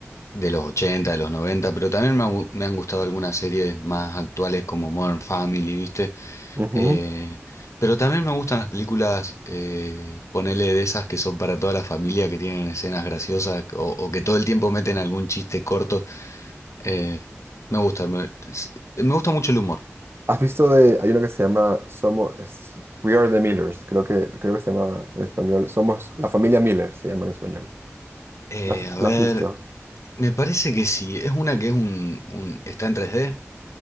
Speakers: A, on the left (about 80°); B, on the right (about 55°).
A: de los 80, de los 90, pero también me, ha gu- me han gustado algunas series más actuales como Modern Family, ¿viste?
B: Ujú.
A: Eh, pero también me gustan las películas, eh, ponele de esas que son para toda la familia, que tienen escenas graciosas o, o que todo el tiempo meten algún chiste corto. Eh, me gusta, me, me gusta mucho el humor.
B: ¿Has visto de, hay una que se llama Somos, es- We Are the Millers, creo que, creo que se llama en español, Somos la familia Miller, se llama en español.
A: Eh,
B: ¿La has,
A: a ver,
B: la has visto?
A: me parece que sí. Es una que es un, un- está en 3D.